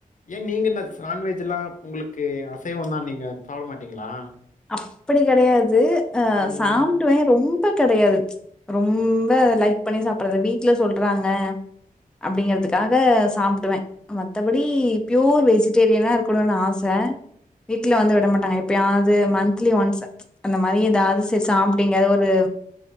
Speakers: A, on the left; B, in the centre.
A: ஏன் நீங்க என்ன சான்வெஜ்ல்லாம் உங்களுக்கு அசைவம்னா நீங்க சாப்ட மாட்டீங்களா
B: அப்படி கெடையாது அ
A: ம்
B: சாப்டுவேன் ரொம் ரொம்ப கடையாது ரொம்ப லைக் பண்ணி சாப்படுறது வீட்டு்ல சொல்றாங்க அப்டிங்கிறத்துக்காக
A: ம்
B: சாப்டுவேன் மத்தபடி பியூர் வெஜிடேரியனா இருக்கணும்னு ஆச வீட்டில் வந்து விட மாட்டாங்க எப்பயாது மந்த்லி ஒன்ஸ் அந்த மாரி ஏதாவது சாப்டிங்க ஒரு